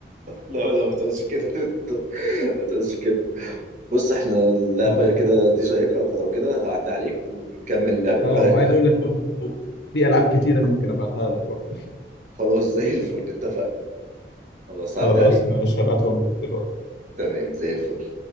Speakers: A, on the right; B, on the left.
A: لا لا ما تقولش كده <laughs> انت ما تقولش كده بص احنا اللعبة
B: <laughs>
A: كده دي شيقة فلو كده هعدي عليك ونكمل اللعبة
B: اه
A: ايه رأيك
B: وعايز اقول لك برضو في العاب كتير انا ممكن ابعتها لك برضو
A: خلاص زي الفل اتفقنا خلاص
B: خلاص
A: هعدي عليك
B: مش هبعتهم لك دلوقتي
A: تمام زي الفل